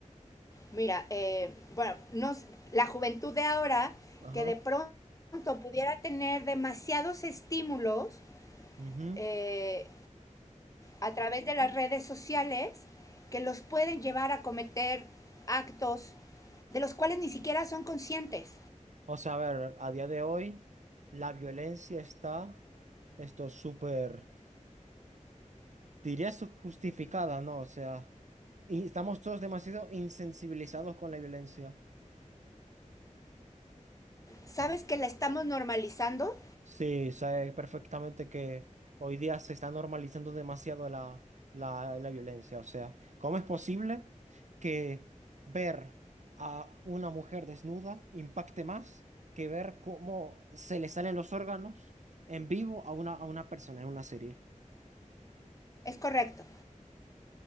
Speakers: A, on the left; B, on the right.
A: mira, eh, bueno, no, la juventud de ahora,
B: Ajá.
A: que de pronto pudiera tener demasiados estímulos
B: ujú.
A: eh, a través de las redes sociales que los pueden llevar a cometer actos de los cuales ni siquiera son conscientes.
B: O sea, a ver, a día de hoy la violencia está, esto súper, diría su- justificada, ¿no? O sea, y estamos todos demasiado insensibilizados con la violencia.
A: ¿Sabes que la estamos normalizando?
B: Sí, sé perfectamente que hoy día se está normalizando demasiado la, la, la violencia. O sea, ¿cómo es posible que ver a una mujer desnuda impacte más que ver cómo se le salen los órganos en vivo a una, a una persona en una serie?
A: Es correcto.